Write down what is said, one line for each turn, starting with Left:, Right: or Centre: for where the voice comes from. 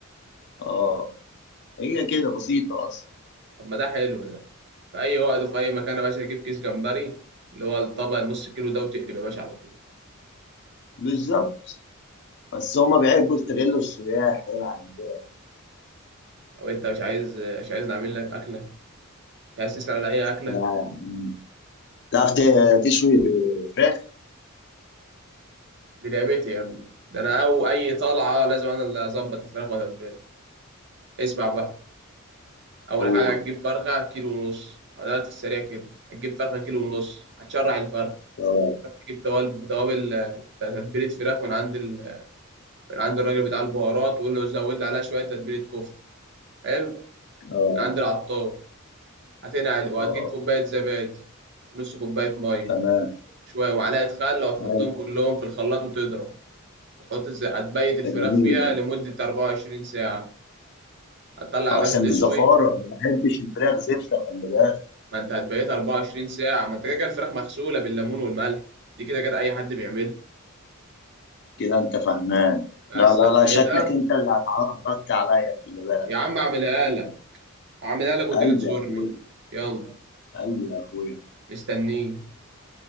Left: اه هي كده بسيطه اصلا
Right: طب ما ده حلو ده في اي وقت وفي اي مكان يا باشا تجيب كيس جمبري اللي هو الطبق النص كيلو ده وتقلب يا باشا على طول
Left: بالظبط بس هما بيحبوا يستغلوا السياح هنا عندنا
Right: طب انت مش عايز مش عايز نعمل لك اكله مش عايز تسال على اي اكله
Left: لا يعني تعرف ت- تشوي فراخ
Right: دي لعبتي يا ابني ده انا او اي طلعه لازم انا اللي اظبط الفراخ واتبلها اسمع بقى اول
Left: أوه.
Right: حاجه هتجيب فرخه كيلو ونص ده في السريع كده هتجيب فرخه كيلو ونص هتشرع الفرخه
Left: اه
Right: تروح تجيب توابل توابل آه، تتبيله فراخ من عند ال... من عند الراجل بتاع البهارات وقول له زود لي عليها شويه تتبيله كفته حلو
Left: اه
Right: من عند العطار هتنقل وهتجيب
Left: اه
Right: كوبايه زبادي ونص كوبايه ميه
Left: تمام
Right: شويه ومعلقه خل وتحطهم
Left: حلو
Right: كلهم في الخلاط وتضرب هتحط الز... هتبيت الفراخ
Left: ده جميل
Right: فيها
Left: ده
Right: لمده 24 ساعه هتطلع
Left: آه،
Right: يا باشا
Left: عشان الزفاره
Right: تشوي
Left: ما بحبش الفراخ زفره خلي بالك
Right: ما انت هتبيت 24 ساعة ما انت كده كده الفراخ مغسولة بالليمون والملح دي كده كده أي حد بيعملها
Left: كده انت فهمان
Right: بس
Left: لا لا
Right: هتبيتها
Left: لا شكلك انت اللي هتعرضت عليا خلي بالك
Right: يا عم أعملها لك أعملها لك وتيجي
Left: قلبي
Right: تزورني
Left: يا اخويا
Right: يلا
Left: قلبي يا اخويا
Right: مستنيك